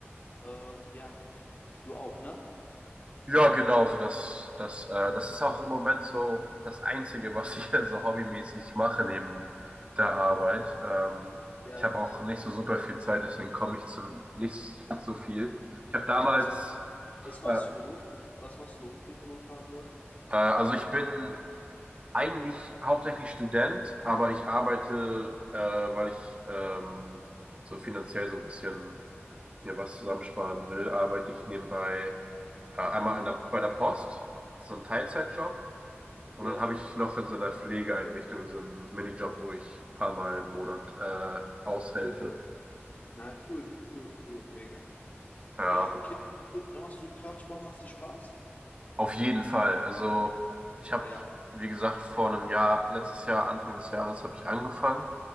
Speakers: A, on the left; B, on the right.
A: äh, ja. Du auch, ne?
B: ja, genau so. Das, das, äh, das ist auch im Moment so das Einzige, was ich <laughs> so hobbymäßig mache neben der Arbeit. Ähm,
A: Ja,
B: ich habe auch nicht so super viel Zeit, deswegen komme ich zu nicht so viel. Ich habe damals,
A: ja, was, was machst
B: äh,
A: du beruf, was machst du beruflich, wenn man fragen darf?
B: äh, also ich bin eigentlich hauptsächlich Student, aber ich arbeite, äh, weil ich ähm, so finanziell so ein bisschen mir was zusammensparen will, arbeite ich nebenbei äh, einmal in der, bei der Post, so ein Teilzeitjob. Und
A: Ja,
B: dann habe ich noch in so einer Pflegeeinrichtung so einen Minijob, wo ich ein paar Mal im Monat äh, aushelfe.
A: na cool, cool, cool, mega.
B: Ja,
A: Ja, okay. Du, dann machst du Kraftsport, machst dir Spaß?
B: auf jeden Fall. Also ich habe,
A: Ja,
B: wie gesagt, vor einem Jahr, letztes Jahr, Anfang des Jahres, habe ich angefangen